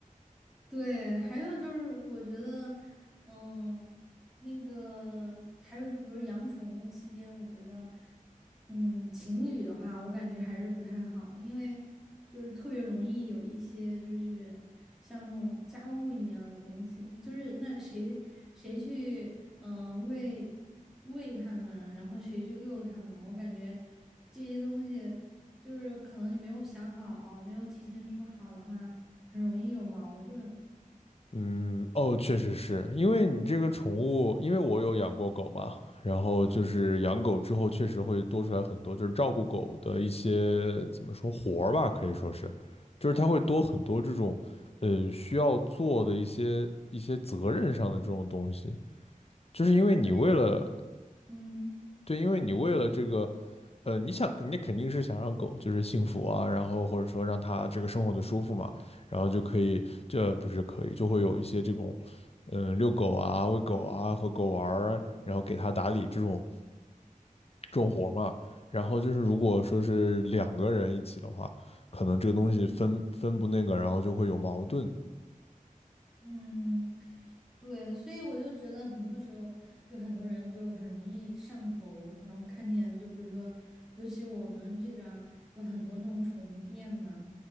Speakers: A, in the centre; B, on the left (about 45°).
A: 对，还有就是我觉得，嗯、那个还有就比如养宠物期间，我觉得，嗯，情侣的话，我感觉还是不太好，因为就是特别容易有一些就是像那种家务一样的东西，就是那谁谁去，嗯、喂喂它们，然后谁去遛它们，我感觉这些东西就是可能你没有想好，没有提前说好的话，很容易有矛盾。
B: 嗯，哦，确实是因为你这个宠物，因为我有养过狗嘛，然后就是养狗之后，确实会多出来很多，就是照顾狗的一些怎么说活儿吧，可以说是，就是它会多很多这种，呃，需要做的一些一些责任上的这种东西，就是因为你为了
A: 对，嗯
B: 对，因为你为了这个，呃，你想，你肯定是想让狗就是幸福啊，然后或者说让它这个生活的舒服嘛，然后就可以，这不是可以，就会有一些这种，嗯，遛狗啊、喂狗啊、和狗玩儿，然后给它打理这种重活儿嘛。然后就是如果说是两个人一起的话，可能这个东西分分不那个，然后就会有矛盾。
A: 嗯，对，所以我就觉得很多时候，就很多人就很容易上头，然后看见，就比如说，尤其我们这边儿有很多那种宠物店嘛，